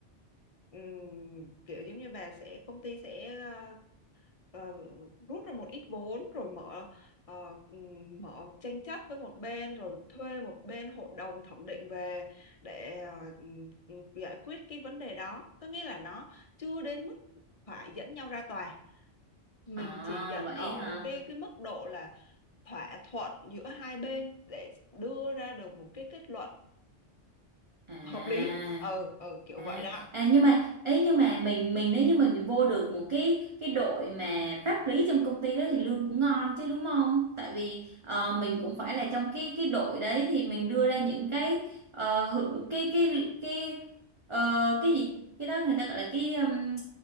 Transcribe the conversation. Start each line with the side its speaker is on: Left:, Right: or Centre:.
Left: ừm, kiểu giống như bà sẽ công ty sẽ ờ, ờ, rút ra một ít vốn rồi mở ờ, ừm, mở tranh chấp với một bên rồi thuê một bên hội đồng thẩm định về để ờ, ừm, ừm, giải quyết cái vấn đề đó có nghĩa là nó chưa đến mức phải dẫn nhau ra tòa mình
Right: à,
Left: chỉ dẫn
Right: vậy
Left: ở
Right: hả
Left: cái cái mức độ là thỏa thuận giữa hai bên để đưa ra được một cái kết luận
Right: à
Left: hợp lý ừ ừ kiểu
Right: À,
Left: vậy đó
Right: à nhưng mà ấy nhưng mà mình mình nếu như mình vô được một cái cái đội mà pháp lý trong công ty đó thì lương cũng ngon chứ đúng không? Tại vì ờ, mình cũng phải là trong cái cái đội đấy thì mình đưa ra những cái ờ, hự- cái cái cái ờ, cái gì cái đó người ta gọi là cái ừm,